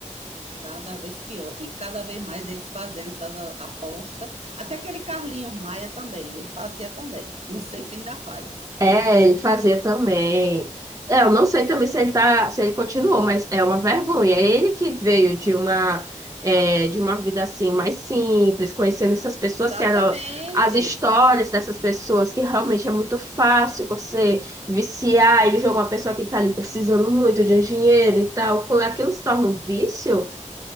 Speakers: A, on the right; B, on the right.
A: cada vez pior. E cada vez mais eles fazendo essas apostas. Até aquele Carlinhos Maia também, ele fazia também. Não sei se ainda faz.
B: É, ele fazia também. É, eu não sei também se ele tá, se ele continuou, mas é uma vergonha. É Ele que veio de uma, é, de uma vida assim mais simples, conhecendo essas pessoas
A: Exatamente.
B: que eram as histórias dessas pessoas, que realmente é muito fácil você viciar e jogar uma pessoa que tá ali precisando muito de dinheiro e tal, por aquilo se torna um vício.